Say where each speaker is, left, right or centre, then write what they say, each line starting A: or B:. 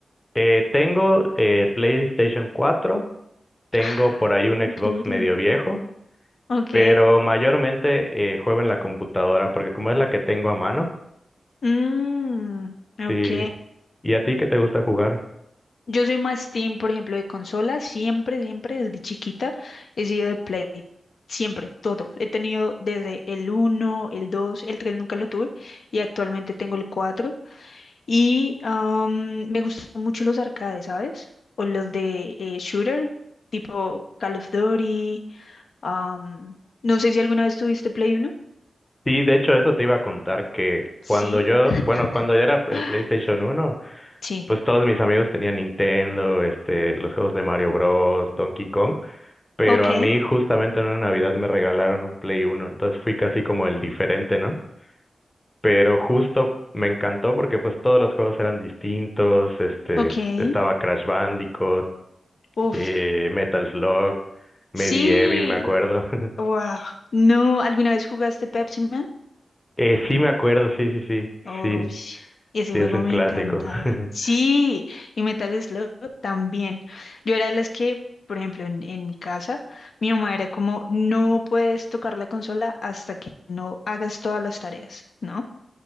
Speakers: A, on the left; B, on the left.
A: Eh, tengo eh, PlayStation 4, tengo
B: Ah,
A: por ahí un Xbox
B: increíble.
A: medio viejo,
B: Ok.
A: pero mayormente eh, juego en la computadora, porque como es la que tengo a mano,
B: Mm, ok.
A: sí. ¿Y a ti qué te gusta jugar?
B: Yo soy más team, por ejemplo, de consola. Siempre, siempre, desde chiquita he sido de Play. Siempre, todo. He tenido desde el uno, el 2, el 3 nunca lo tuve y actualmente tengo el 4. Y am, me gustan mucho los arcades, ¿sabes? O los de eh, shooter, tipo Call of Duty. am, no sé si alguna vez tuviste Play uno.
A: Sí, de hecho, eso te iba a contar, que
B: Sí.
A: cuando yo,
B: <gasps>
A: bueno, cuando yo era el
B: Ah,
A: PlayStation uno
B: Sí.
A: pues todos mis amigos tenían Nintendo, este, los juegos de Mario Bros, Donkey Kong, pero
B: Ok,
A: a mí justamente en una Navidad me regalaron un Play Uno, entonces fui casi como el diferente, ¿no? Pero justo me encantó porque pues todos los juegos eran distintos, este,
B: ok.
A: estaba Crash Bandicoot,
B: Uf.
A: eh, Metal Slug, Medieval,
B: Sí.
A: me acuerdo. <laughs>
B: Wow. No, ¿alguna vez jugaste Pepsi Man?
A: Eh, sí me acuerdo, sí, sí, sí,
B: Oh,
A: sí,
B: sh- ese
A: sí,
B: juego
A: es un
B: me
A: clásico.
B: encantaba.
A: <laughs>
B: Sí, y Metal Slug también. Yo era de las que, por ejemplo, en, en mi casa, mi mamá era como, no puedes tocar la consola hasta que no hagas todas las tareas, ¿no?